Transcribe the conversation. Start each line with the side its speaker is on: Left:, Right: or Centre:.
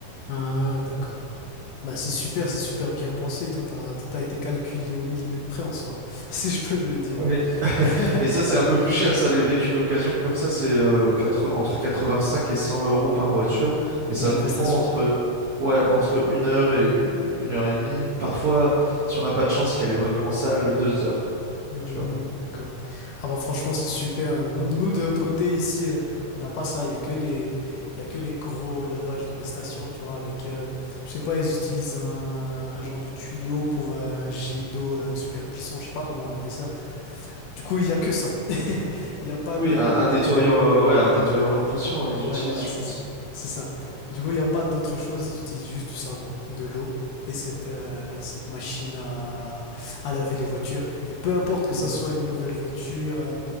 Left: Ah, d'accord. Bah, c'est super, c'est super bien pensé. Tout a, tout a été calculé au millimètre près en soi, <laughs> si je peux me le dire.
Right: Ouais.
Left: <laughs>
Right: Et ça, c'est un peu plus cher, ça, les véhicules d'occasion, comme ça, c'est euh, quatre- entre 85 et 100 euros par voiture. Et ça
Left: La
Right: nous
Left: prestation.
Right: prend entre, ouais, entre une heure et une heure et demie. Parfois, si on n'a pas de chance qu'elle est vraiment sale, deux heures.
Left: Hmm,
Right: tu vois.
Left: d'accord. Ah bah franchement, c'est super. Euh, Nous, de notre côté, ici, euh, on n'a pas ça. Il y a que les, il y a que les gros lavages dans les stations, tu vois, avec, euh, je sais pas, ils utilisent un, un genre de tuyau pour euh, un jet d'eau euh, super puissant. Je sais pas comment on appelle ça. Du coup, il y a que ça. <laughs> Il y a pas
Right: Oui,
Left: de,
Right: un, un
Left: il y
Right: nettoyeur,
Left: a pas de.
Right: euh, ouais, un nettoyeur haute pression, ouais, ils
Left: Ouais,
Right: utilisent,
Left: voilà,
Right: je
Left: c'est
Right: pense.
Left: ça. C'est ça. Du coup, il n'y a pas d'autre chose. Ils utilisent juste du savon, de l'eau et cette, euh, cette machine à, à laver les voitures. Et peu importe que
Right: Mhm.
Left: ça soit une nouvelle voiture, euh,